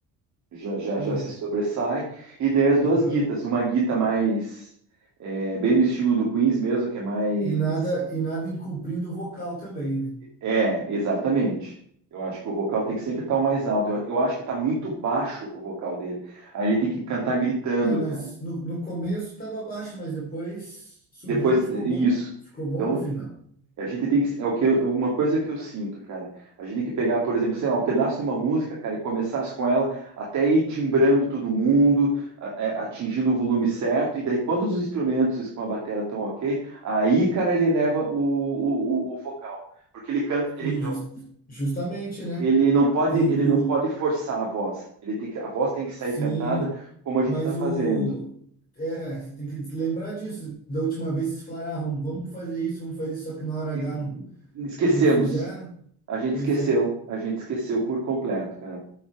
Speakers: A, on the right; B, on the left.
A: já, já,
B: Sim.
A: já se sobressai. E daí as duas
B: Aham.
A: guitas. Uma guita mais... é, bem no estilo do Queens mesmo, que é mais...
B: E nada, e nada encobrindo o vocal também, né?
A: É, exatamente. Eu acho que o vocal tem que sempre estar o mais alto. Eu, eu acho que está muito baixo o vocal dele. Aí ele tem que cantar gritando,
B: É, mas
A: cara.
B: no, no começo tava baixo, mas depois subiram,
A: Depois,
B: ficou
A: isso.
B: bom. Ficou bom
A: Então,
B: no final.
A: A gente tem que, é o que eu- uma coisa que eu sinto, cara. A gente tem que pegar, por exemplo, sei lá, um pedaço de uma música, cara, e começar com ela até ir timbrando todo mundo, a- é, atingindo o volume certo, e daí quando os instrumentos com a bateria estão ok, aí, cara, ele leva o, o, o- o vocal, porque ele canta, ele,
B: Sim, jus- justamente, né?
A: ele não pode,
B: Tem
A: ele
B: o,
A: não pode forçar a voz. Ele tem que, a voz tem que sair
B: Sim,
A: cantada como a gente
B: mas
A: está fazendo.
B: o. É, você tem que lembrar disso. Da última vez vocês falaram, ah, vamos vamos fazer isso, vamos fazer isso, só que na hora H
A: E
B: não,
A: esquecemos,
B: não fizeram.
A: a gente
B: Pois
A: esqueceu,
B: é.
A: a gente esqueceu por completo, cara.